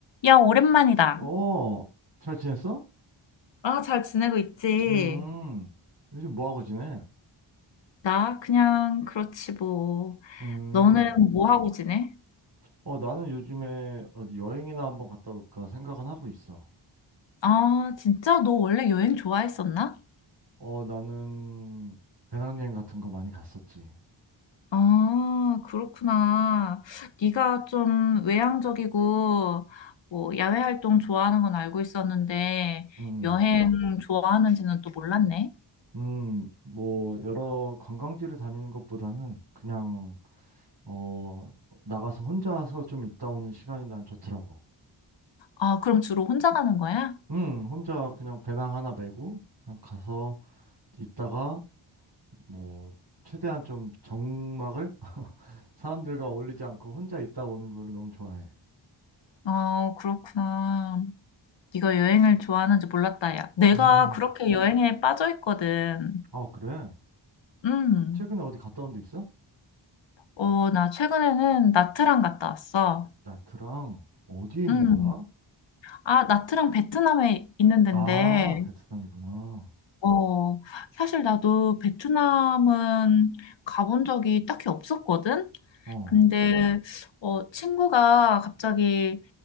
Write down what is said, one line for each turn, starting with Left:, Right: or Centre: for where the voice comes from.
Left: 야, 오랜만이다.
Right: 어, 잘 지냈어?
Left: 아, 잘 지내고 있지?
Right: 음, 요즘 뭐 하고 지내?
Left: 나 그냥 그렇지 뭐.
Right: 음,
Left: 너는 뭐 하고 지내?
Right: 어, 나는 요즘에 어디 여행이나 한번 갔다 올까 생각은 하고 있어.
Left: 아, 진짜 너 원래 여행 좋아했었나?
Right: 어, 나는 배낭여행 같은 거 많이 갔었지.
Left: 아, 그렇구나. 네가 좀 외향적이고 뭐 야외 활동 좋아하는 건 알고 있었는데
Right: 음,
Left: 여행 좋아하는지는 또 몰랐네.
Right: 음, 뭐, 여러 관광지를 다니는 것보다는 그냥, 어, 나가서 혼자서 좀 있다 오는 시간이 난 좋더라고.
Left: 아, 그럼 주로 혼자 가는 거야?
Right: 음, 혼자 그냥 배낭 하나 메고 그냥 가서 있다가 뭐, 최대한 좀 적막을 사람들과 어울리지 않고 혼자 있다 오는 걸 너무 좋아해.
Left: 어, 그렇구나. 네가 여행을 좋아하는지 몰랐다, 야. 내가
Right: 음.
Left: 그렇게 여행에 빠져 있거든.
Right: 아, 그래?
Left: 음,
Right: 최근에 어디 갔다 온데 있어?
Left: 어, 나 최근에는 나트랑 갔다 왔어.
Right: 나트랑 어디에 있는
Left: 음,
Right: 거야?
Left: 아, 나트랑 베트남에 있는 데인데,
Right: 아, 베트남이구나.
Left: 어, 사실 나도 베트남은 가본 적이 딱히 없었거든?
Right: 어.
Left: 근데, 어, 친구가 갑자기